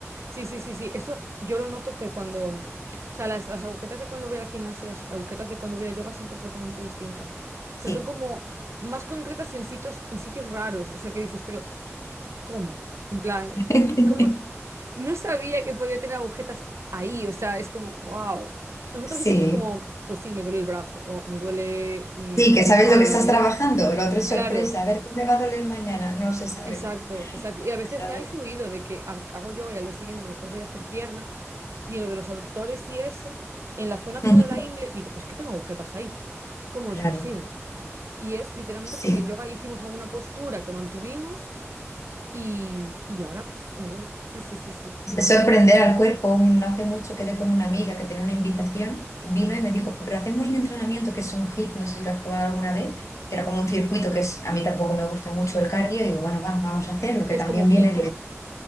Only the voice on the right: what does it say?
Sí, sí, sí, sí. Eso yo lo noto que cuando... O sea, las, las agujetas de cuando voy al gimnasio y las agujetas de cuando voy a yoga son completamente distintas. O
sea, son como más concretas en sitios, en sitios raros. O sea, que dices, pero ¿Cómo? En plan,
¿cómo? No sabía que podía tener agujetas ahí, o sea, es como, wow. O sea, en otros
sitios es como, pues sí, me duele el brazo, o me duele mm,
la espalda,
o me...
Claro,
exacto, exacto. Y a veces
me ha influido de que ha- hago yoga y al día siguiente a lo mejor voy a hacer pierna, y en lo de los aductores y eso, en la zona como
de la ingle, digo, pues que tengo agujetas ahí. ¿Cómo
es posible? Y es literalmente
porque en yoga hicimos alguna postura que mantuvimos y, y ahora pues me duele. Sí, sí, sí, sí.
que
es como hit,
¿no?